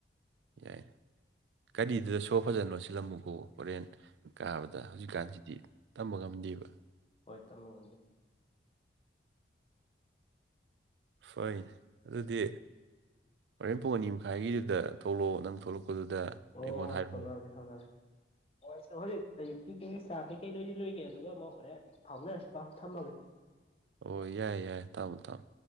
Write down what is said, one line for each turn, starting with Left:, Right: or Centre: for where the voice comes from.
Right: ꯌꯥꯏ ꯒꯥꯔꯤꯗꯨꯗ ꯁꯣꯔ ꯐꯖꯅꯣ ꯁꯤꯜꯂꯝꯃꯨꯀꯣ ꯍꯣꯔꯦꯟ ꯀꯥꯕꯗ ꯍꯧꯖꯤꯛꯀꯥꯟꯁꯤꯗꯤ ꯇꯝꯕ ꯉꯝꯗꯦꯕ
Left: ꯍꯣꯏ ꯊꯝꯃ ꯉꯝꯗꯦ꯫
Right: ꯍꯣꯌ ꯑꯗꯨꯗꯤ꯫ ꯍꯣꯔꯦꯟ ꯄꯨꯡ ꯑꯅꯤ ꯃꯈꯥꯏꯒꯤꯗꯨꯗ ꯊꯣꯛꯂꯛꯑꯣ ꯅꯪ ꯊꯣꯛꯂꯛꯄꯗꯨꯗ
Left: ꯑꯣ
Right: ꯑꯩꯉꯣꯟꯗ ꯍꯥꯏꯔꯛꯑꯣ
Left: ꯊꯣꯛꯂꯥꯀꯥꯒꯦ ꯊꯣꯛꯂꯥꯀꯥꯒꯦ ꯑꯣ ꯑꯩ ꯍꯧꯖꯤꯛ ꯑꯌꯨꯛꯀꯤ ꯀꯩꯀꯩ ꯆꯥꯛ ꯀꯩꯀꯩ ꯂꯣꯏꯗꯤ ꯂꯣꯏꯒꯦ ꯑꯗꯨꯒ ꯑꯃꯨꯛ ꯍꯣꯔꯦ ꯐꯥꯎꯅꯔꯁꯤ ꯄꯥꯎ ꯊꯝꯃꯒꯦ꯫
Right: ꯑꯣ ꯌꯥꯏ ꯌꯥꯏꯌꯦ ꯇꯥꯃꯣ ꯇꯥꯃꯣ